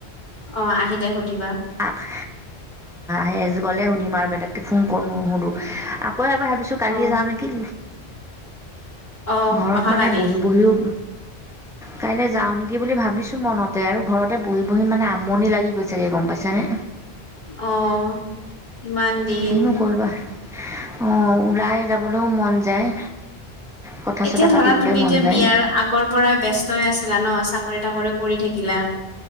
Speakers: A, on the left; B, in the centre.
A: অ', আহিলে সুধিবা।
B: অ', সেজ গ'লে সুধিম আৰু বেলেগকৈ ফোন কৰ নুসুধোঁ আ কৌ এবাৰ ভাবিছো কালিয়ে
A: অ
B: যাওঁ নেকি,
A: অ
B: ঘৰত
A: অহাকালি
B: মানে বহি বহিও কাইলৈ যাওঁ নেকি বুলি ভাবিছোঁ মনতে আৰু ঘৰতে পহি বহি মানে আমনি লাগি গৈছেগৈ গ'ম পাইছেনে?
A: অ', ইমান দিন
B: কিনো কৰিবা অ', ওলাই যাবলৈও মন যায়। কথা
A: এতিয়া
B: চথা
A: ধৰা
B: পাতিবলৈ
A: তুমি এতিয়া
B: মন যায়
A: বিয়াৰ আগৰ পৰাই ব্যস্তই আছিলা ন' চাকৰি-তাকৰি কৰি থাকিলা।